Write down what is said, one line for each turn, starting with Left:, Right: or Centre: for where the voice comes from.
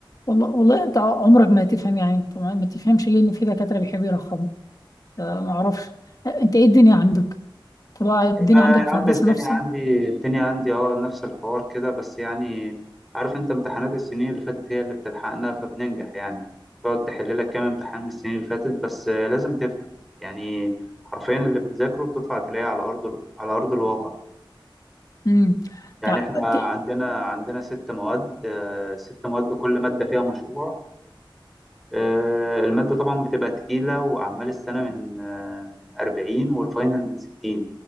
Left: والله والله انت عمرك ما هتفهم يعني انت ما ما تفهمش ليه ان في دكاترة بيحبوا يرخموا آه، ما اعرفش آه، انت ايه الدنيا عندك طب الدنيا
Centre: ما
Left: عندك
Centre: يا
Left: في
Centre: عم
Left: الهندسة
Centre: الدنيا
Left: نفسها
Centre: عندي الدنيا عندي اه نفس الحوار كده بس يعني عارف انت امتحانات السنين اللي فاتت هي اللي بتلحقنا فبننجح يعني تقعد تحل لك كام امتحان من السنين اللي فاتت بس آه، لازم تفهم يعني حرفيا اللي بتذاكره بتطلع تلاقيه على ارض ال- على ارض الواقع
Left: امم
Centre: يعني
Left: تع...
Centre: احنا
Left: ت-
Centre: عندنا عندنا ست مواد آه، ست مواد كل مادة فيها مشروع آه، المادة طبعا بتبقى تقيلة وأعمال السنة من آه، من 40 والفاينل من 60